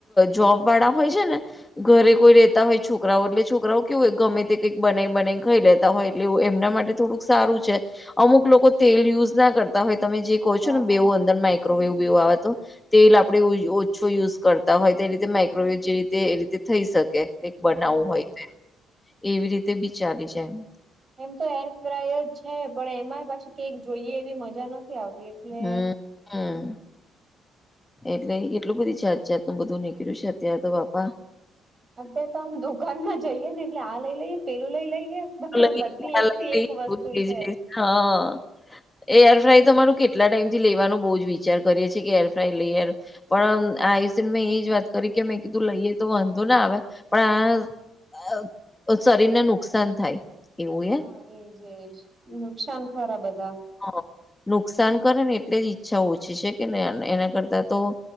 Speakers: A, on the left (about 15°); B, on the right (about 35°).
A: જોબ વાળા હોય છે ને ઘરે કોઈ રેતા હોય, છોકરાઓ એટલે છોકરાઓ કેવું હોય? ગમે તે કંઈક બનાઈ-બનાઈ ખાઈ લેતા હોય, એટલે એ એમના માટે થોડુંક સારું છે. અમુક લોકો તેલ યુઝ ના કરતા હોય. તમે જે કહો
B: હા
A: છો ને, મેવો અંદર એવું બેવું આવે તો. તેલ આપણેે ઓછો યુઝ કરતા હોય, તે રીતે માઇક્રોવેવ જે રીતે એ રીતે થઈ શકે. કંઈક બનાવવું
B: હમ
A: હોય, એવી રીતે બી ચાલી જાય એમ.
B: એમ તો એર ફ્રાયર છે, પણ એમાં પછી કેક જોઈએ એવી મજા નથી આવતી. એટલે
A: હમ, હ. એટલે કેટલું બધી જાતજાતનું બધું નીકળ્યું છે અત્યારે તો, બાપા!
B: અત્યારે તો આમ દુકાનમાં જઈએ ને, એટલે આ લઈ લઈએ, પેલું લઈ લઈએ. હ,
A: લઈને
B: બધી
A: ખ્યાલ
B: એક
A: આપે
B: થી એક
A: એવું
B: વસ્તુ
A: થઈ
B: છે.
A: જાય હા. એર ફ્રાય તમારું કેટલા ટાઈમથી લેવાનો બહુ જ વિચાર કરીએ છીએ કે, એર ફ્રાય લઈએ. પણ આયુષ ને મેં એજ વાત કરી કે, મેં કીધું, લઈએ તો વાંધો ના આવે, પણ આ અ શરીરને નુકસાન થાય. એવું
B: હા,
A: એ
B: એજ જ નુકસાન ખરા બધા.
A: હ, નુકસાન કરે ને, એટલે જ ઈચ્છા ઓછી છે કે, ને એના કરતા તો